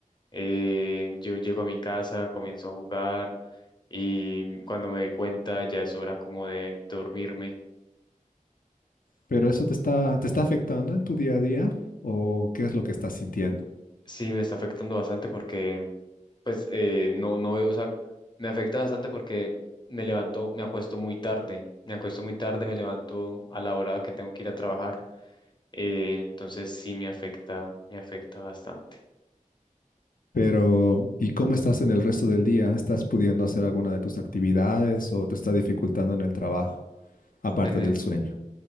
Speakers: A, on the left; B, on the left.
A: Eh, yo llego a mi casa, comienzo a jugar y cuando me doy cuenta ya es hora como de dormirme
B: ¿Pero eso te está, te está afectando en tu día a día? ¿O qué es lo que estás sintiendo?
A: Sí, me está afectando bastante porque, pues, eh, no, no veo, o sea, me afecta bastante porque me levanto, me acuesto muy tarde, me acuesto muy tarde, me levanto a la hora que tengo que ir a trabajar, eh, entonces sí me afecta, me afecta bastante.
B: Pero, ¿y cómo estás en el resto del día? ¿Estás pudiendo hacer alguna de tus actividades o te está dificultando en el trabajo, aparte
A: Se me,
B: del sueño?